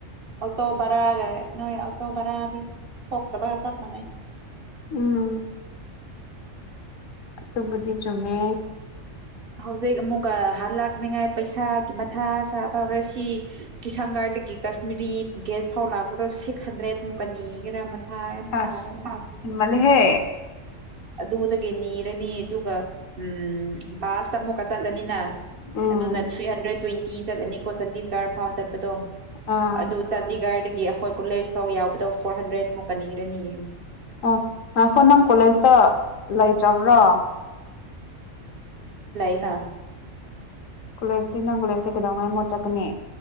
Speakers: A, on the right; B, on the left.
A: ꯑꯣꯇꯣ ꯕꯔꯥꯒ ꯅꯣꯏ ꯑꯣꯇꯣ ꯕꯔꯥꯗꯤ ꯊꯣꯛꯇꯕꯒ ꯆꯞ ꯃꯥꯟꯅꯩ
B: ꯎꯝ ꯑꯗꯨꯕꯨꯗꯤ ꯆꯨꯝꯃꯦ
A: ꯍꯧꯖꯤꯛ ꯑꯃꯨꯛꯀ ꯍꯜ ꯂꯥꯛꯅꯤꯉꯥꯏ ꯄꯩꯁꯥꯒꯤ ꯃꯊꯥ ꯆꯥꯕ ꯍꯧꯔꯦ ꯁꯤ ꯀꯤꯁꯪꯒꯥꯔꯗꯒꯤ ꯀꯥꯁꯃꯤꯔꯤ ꯒꯦꯠ ꯐꯥꯎ ꯂꯥꯛꯄꯗꯣ ꯁꯤꯛꯁ ꯍꯟꯗ꯭ꯔꯦꯠ ꯃꯨꯛꯀ ꯅꯤꯒꯦꯔꯥ ꯃꯊꯥ ꯌꯥꯝ ꯁꯥꯔꯦ
B: ꯑꯁꯃꯜ
A: ꯑꯩ
B: ꯂꯤꯍꯦ
A: ꯑꯗꯨꯗꯒꯤ ꯅꯤꯔꯅꯤ ꯑꯗꯨꯒ ꯎꯝ ꯕꯥꯁꯇ ꯑꯃꯨꯛꯀ ꯆꯠꯂꯅꯤꯅ
B: ꯎꯝ
A: ꯑꯗꯨꯅ ꯊ꯭ꯔꯤ ꯍꯟꯗ꯭ꯔꯦꯠ ꯇꯨꯋꯦꯟ ꯀꯤ ꯆꯠꯂꯅꯤ ꯀꯣ ꯆꯥꯟꯗꯤꯒꯥꯔ ꯐꯥꯎ ꯆꯠꯄꯗꯣ
B: ꯑꯥ
A: ꯑꯗꯨ ꯆꯥꯟꯗꯤꯒꯔꯗꯒꯤ ꯒꯤ ꯑꯈꯣꯏ ꯀꯣꯂꯦꯖ ꯐꯥꯎ ꯌꯥꯎꯕꯗꯣ ꯐꯣꯔ ꯍꯟꯗ꯭ꯔꯦꯗꯃꯨꯛꯀꯟꯅꯤꯔꯅꯤ ꯌꯤꯡ
B: ꯑꯣ ꯉꯥꯈꯣ ꯅꯪ ꯀꯣꯂꯦꯖ ꯆꯥ. ꯂꯩꯇ꯭ꯔꯕ꯭ꯔꯥ
A: ꯅꯥ
B: ꯀꯣꯂꯦꯖꯇꯤ ꯅꯪ ꯀꯣꯂꯦꯖꯇ ꯀꯩꯗꯧꯉꯥꯏ ꯃꯣꯠ ꯆꯠꯀꯅꯤ